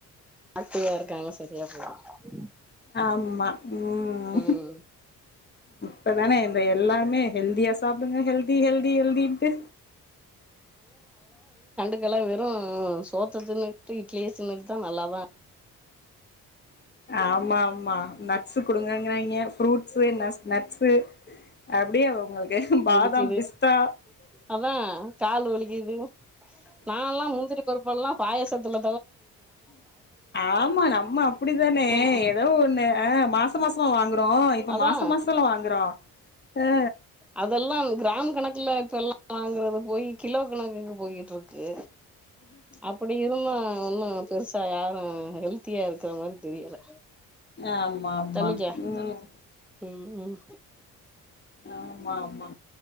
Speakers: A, in the centre; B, on the left.
A: அத்தையா இருக்காங்க சரியா போலாம் உ <unintelligible>
B: ஆமா உம்
A: ம்
B: இப்பதானே என்ன எல்லாருமே ஹெல்தியா சாப்டுங்க ஹெல்தி ஹெல்தி ஹெல்தின்ட்டு
A: அப்பல்லா வெறு சோத்த தின்னு இட்லியே சின்னதுதா நல்லாதா
B: ஆமா ஆமா நட்ஸ்சு குடுங்கன்றாங்ககா ஃபுரூட்ஸு நட்ஸு அப்டியே உங்களுக்கு பாதாம்
A: வலிக்குது
B: பிஸ்தா
A: அதா கால் வலிக்குது நால்லா முந்திரி பருப்பெல்லா பாயசத்ல
B: ஆமா நம்ம அப்டிதானே
A: ம்
B: ஏதோ ஒன்னு மாச மாசமான் வாங்குறோ இப்ப
A: அதா
B: மாச மாசம் எல்லா வாங்குறோ ஆ
A: அதெல்லா கிராம் கணக்குல ல்லாம் வாங்குறது போய் கிலோ கணக்குக்கு போயிட்டு இருக்கு அப்படி இருந்து ஒன்னு பெருசா யாரு ஹெல்த்தியா இருக்கு இருக்கற மாதிரி தெரியல
B: ஆமா ஆமா
A: தள்ளிக்க
B: ம்
A: உம்-உம்
B: ஆமா-ஆமா